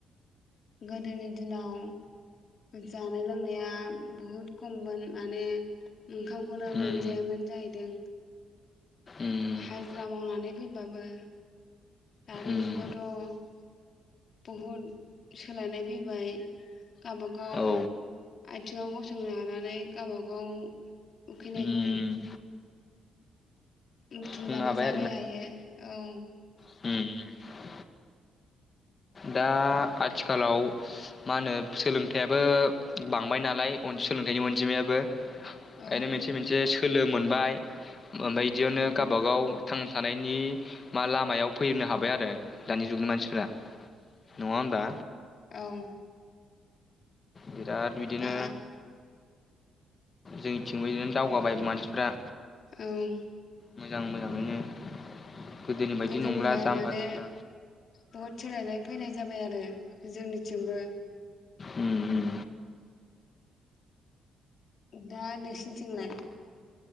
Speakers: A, on the left (about 55°); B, on the left (about 35°).
A: गोदोनि दिनाव जानाय लोंनाया बुहुद खममोन माने ओंखामखौनो
B: उम
A: मोनजायामोन जाय दों
B: उम
A: हाजिरा मावनानै फैबाबो दानि
B: उम
A: जुगावथ' बहुद सोलायनाय फैबाय गावबागाव
B: औ
A: आथिङाव गसंनो हानानै गावबागाव उखैनायखौ
B: उम
A: बुथुमनानै
B: बुंनो हाबाय
A: जानो हायो औ।
B: उम दा आथिखालाव मानो सोलोंथाइआबो बांबाय नालाय अन सोलोंथाइनि अनजिमायाबो। <unintelligible>
A: औ
B: मोनसे मोनसे सो सोलो मोनबाय। ओमफाय इदियावनो
A: उम
B: गाबागाव थांना थानायनि मा लामायाव फैनो हाबाय आरो। दानि जुगनि मानसिफ्रा नङा होमबा?
A: औ।
B: बिराद बिदिनो
A: दा
B: जोंनिथिंबो इदिनो दावगाबाय मानसिफ्रा
A: ओं।
B: मोजां मोजाङैनो गोदोनि बायदि
A: गोदोनिफ्राय
B: नंला जाम्बा
A: माने
B: जाम्बा
A: बहद सोलायनाय फैनाय जाबाय आरो जोंनिथिंबो
B: उम उम।
A: दा नोंसिथिंलाय?